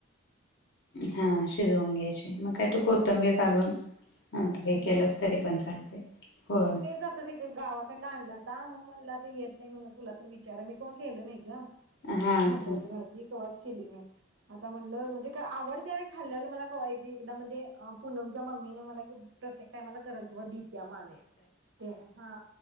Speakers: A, on the left; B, on the right.
A: हा शिजवून घ्यायची मग काय तू कोथंबीर घालून नंतर हे
B: आम्ही
A: केलंच
B: परतून
A: तरी
B: घेतले
A: पण चालते
B: न,
A: होय
B: ते जाते तिकडे गावाकडण आणला द मग म्हणला काय येत नाही म्हण तुला तर विचारा मी कॉल केलं नाही का?
A: हा
B: होऊन जाईल
A: हा
B: की भाजी कवाच केली नाही आता म्हणलं म्हणजे काय आवडतेन खाल्लेला मला कवायची एकदा म्हणजे अ पूनमच्या मम्मीने मला प्रत्येक टाइमाला करल व दित्या माने तेने हा